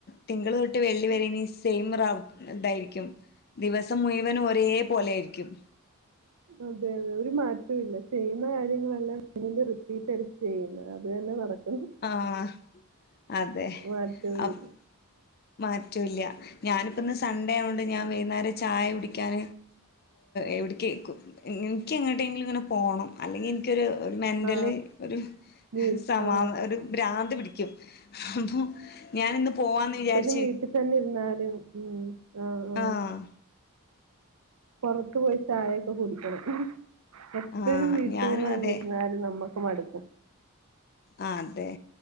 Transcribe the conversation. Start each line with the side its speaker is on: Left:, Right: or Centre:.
Left: തിങ്കൾ തൊട്ട് വെള്ളി വരെ സെയിം റ ഇതായിരിക്കും ദിവസം മുയ്വൻ ഒരേ പോലെ ആായിരിക്കും.
Right: അതെ അതെ ഒരു മാറ്റൊ ഇല്ല ചെയ്യുന്ന കാര്യങ്ങളെല്ലാം ണ്ടും റിപ്പീറ്റ് അടച്ച് ചെയ്യുന്നത് അത് തന്നെ നടക്ക.
Left: ആഹ അതെ
Right: മാറ്റവുമില്ല
Left: അ് <unintelligible> മാറ്റൂല്ല ഞാനിപ്പ ഇന്ന് സൺഡേ ആണ്ട് ഞാൻ വൈകുന്നേരം ചായ കുടിക്കാൻ എവിടെകേക്കും എനിക്ക എങ്ങനട്ടെങ്കിലും ഇങ്ങനെ പോണം അല്ലെങ്കി എനിക്കൊരു ഒരു മെൻറല്
Right: ആ
Left: ഒരു
Right: വീ-
Left: സമാ
Right: ആ
Left: ഒരു ഭ്രാന്ത് പിടിക്കും അപ്പോ ഞാാനിന്ന് പോവാന്ന് വിചാരിച്ച
Right: എ വീട്ടിൽ തന്നെ ഇരുന്നാലും ഉം ആ ആ
Left: ആഹ്
Right: പൊറത്ത് പോയി ചായയൊക്കെ കുടിക്കണം എപ്പോഴും
Left: ആഹ്
Right: വീട്ടിൽന്ന്
Left: ഞാനും
Right: തന്നെ
Left: അതെ
Right: ഇരുന്നാലും നമ്മക്ക് മടുക്കും
Left: ആ അതെ